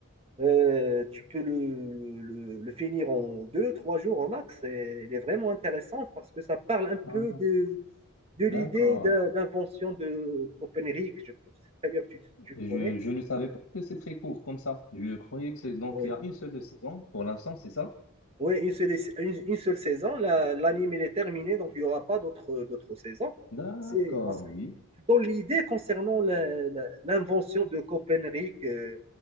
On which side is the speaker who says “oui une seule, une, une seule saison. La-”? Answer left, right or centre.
Right